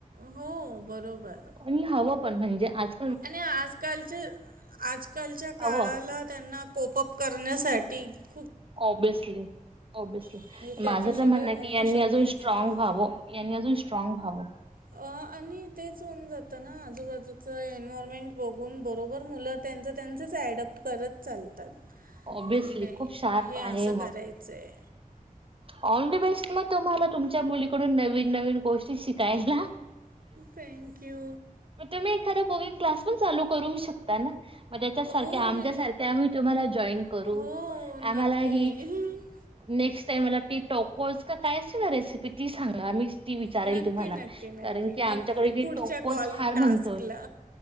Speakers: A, on the right; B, on the right.
A: हो बरोबर.
B: आणि हवं पण म्हणजे आज
A: आणि आजकालच्या आजकालच्या काळाला
B: हवं
A: त्यांना <unintelligible> करण्यासाठी -
B: ऑब्यसली ऑब्यसली
A: म्हणजे त्याच्याशिवाय
B: माझं तर म्हणणं
A: होणं
B: आहे की, यांनी
A: शक्यच
B: अजून स्ट्रॉग
A: नाही
B: व्हावं. यांनी अजून स्ट्रॉंग व्हावं.
A: अ आणि तेच होऊन जातना आजूबाजूचा एन्वरमेंट बघून बघू बरोबर मुलं त्यांच त्यांचच ॲडप्ट करत चालतात.
B: ऑब्विसली
A: कि नाही
B: खूप शार्प
A: हे
B: आहे
A: असं
B: मग
A: करायचंय
B: ऑल द बेस्ट मग तुम्हाला तुमच्या मुलीकडून नवीन नवीन गोष्टी शिकायला.
A: थँक्यू.
B: मग तुम्ही एखादा कुकिंग क्लास पण चालू करू शकता ना मग त्याच्या सारख्या
A: हो
B: आमच्या
A: मी
B: सारखे आम्ही तुम्हाला जॉईन करू
A: हो नक्की
B: आम्हाला हि नेक्स्ट टाईम मला ती टोकोल्स काय असते ना रेसिपी ती सांगा मी ती विचारेल
A: नक्की
B: तुम्हाला,
A: नक्की नक्की
B: कारण की आमच्याकडे
A: नक्की पुढच्या
B: टोकोल्स
A: कॉल
B: म्हणतोय
A: टास्कला